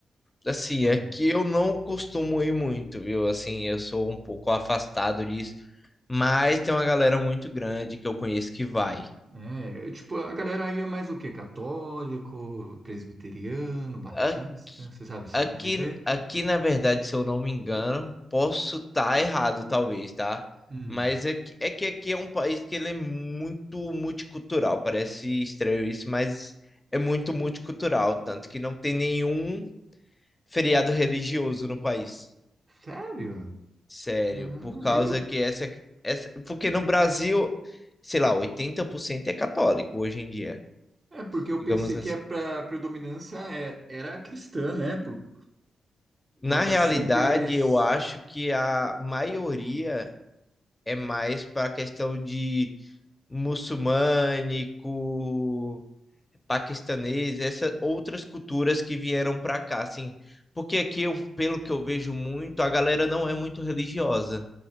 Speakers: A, on the left (about 20°); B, on the right (about 40°).
A: Assim,
B: Mano,
A: é que eu não costumo ir muito, viu? Assim, eu sou um pouco afastado disso, mas tem uma galera muito grande que eu conheço que vai.
B: é, tipo, a galera aí é mais o quê? Católico, presbiteriano, batista,
A: A-
B: você sabe se
A: Aqui,
B: dizer?
A: aqui, na verdade, se eu não me engano, posso estar errado, talvez, tá?
B: Hum,
A: Mas é que, é que aqui é um país que ele é muito multicultural, parece estranho isso, mas é muito multicultural, tanto que não tem nenhum feriado religioso no país.
B: sério?
A: Sério,
B: Ah,
A: por causa
B: eu,
A: que essa, essa. Porque no Brasil, sei lá, 80% é católico hoje em dia,
B: é porque eu
A: digamos
B: pensei
A: assim.
B: que a pra- predominância é- era cristã, né? Por
A: Na
B: conta
A: realidade,
B: sempre eles.
A: eu acho que a maioria é mais para a questão de muçulmânico, paquistanês, essas outras culturas que vieram para cá, assim. Porque aqui, eu, pelo que eu vejo muito, a galera não é muito religiosa.